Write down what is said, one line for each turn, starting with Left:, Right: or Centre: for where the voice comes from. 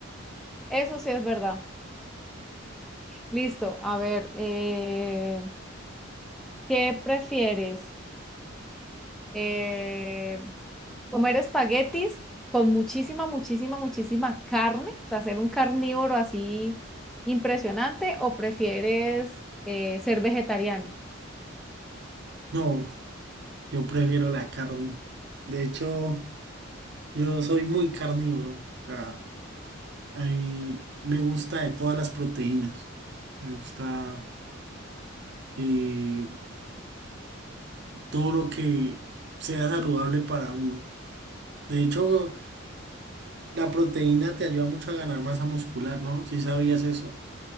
Centre: Eso sí es verdad. Listo, a ver, eh, ¿qué prefieres? Eh, ¿comer espaguetis con muchísima, muchísima, muchísima carne? O sea, ser un carnívoro así impresionante, ¿o prefieres eh, ser vegetariano?
Right: No, yo prefiero la carne. De hecho, yo soy muy carnívoro. O sea, a mí me gusta de todas las proteínas. Me gusta y todo lo que sea saludable para uno. De hecho, La proteína te ayuda mucho a ganar masa muscular, ¿no? Si sabías eso,